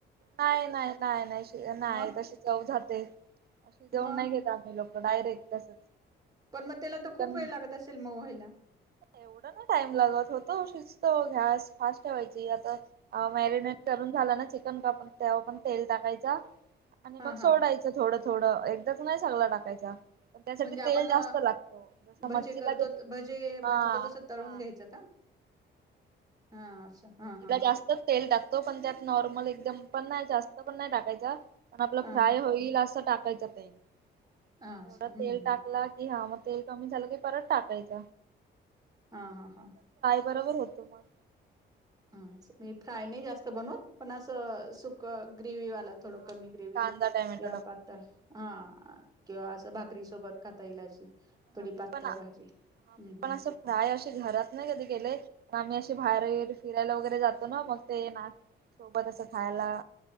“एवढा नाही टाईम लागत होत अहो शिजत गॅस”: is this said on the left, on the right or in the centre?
Right